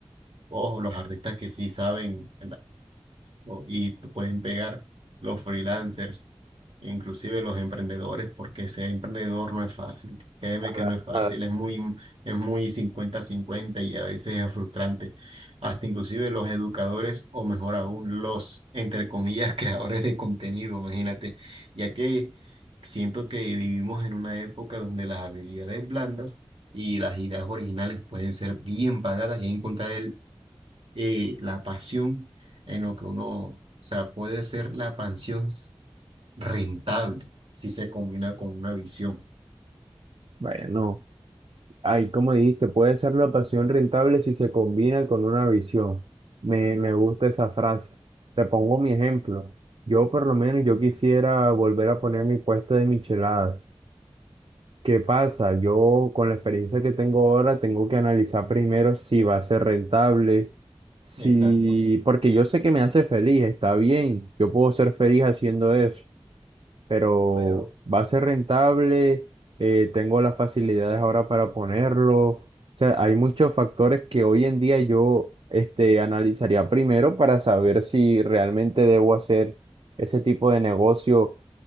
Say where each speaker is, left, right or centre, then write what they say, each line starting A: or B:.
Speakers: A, on the right; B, on the right.
A: Ojo, los artistas que sí saben, o- y t- pueden pegar los freelancers, inclusive los emprendedores, porque ser emprendedor no es fácil. Créeme
B: Para
A: que no es fácil,
B: nada.
A: es muy, es muy cincuenta cincuenta y a veces es frustrante. Hasta inclusive los educadores, o mejor aún, los, entre comillas, <laughs> creadores de contenido, imagínate, ya que siento que vivimos en una época donde las habilidades blandas y las ideas originales pueden ser bien pagadas y encontrar el y la pasión en lo que uno, o sea, puede ser la pasión s- rentable si se combina con una visión.
B: Bueno. Ay, como dijiste, puede ser la pasión rentable si se combina con una visión. Me, me gusta esa frase. Te pongo mi ejemplo. Yo por lo menos yo quisiera volver a poner mi puesto de micheladas. ¿Qué pasa? Yo con la experiencia que tengo ahora tengo que analizar primero si va a ser rentable, si
A: Exacto,
B: porque yo sé que me hace feliz, está bien. Yo puedo ser feliz haciendo eso pero
A: pero,
B: va a ser rentable, eh, tengo las facilidades ahora para ponerlo. O sea, hay muchos factores que hoy en día yo este, analizaría primero para saber si realmente debo hacer ese tipo de negocio